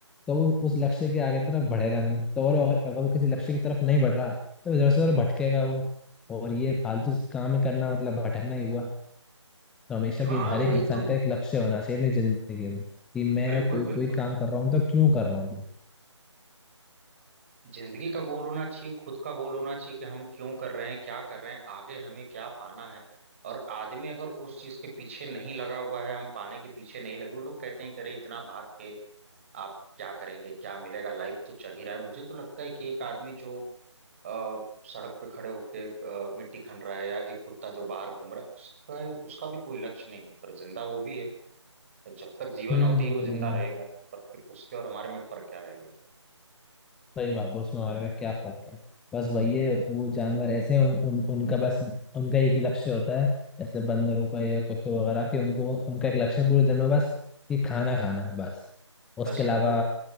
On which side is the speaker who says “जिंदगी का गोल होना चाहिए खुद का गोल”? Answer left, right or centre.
Right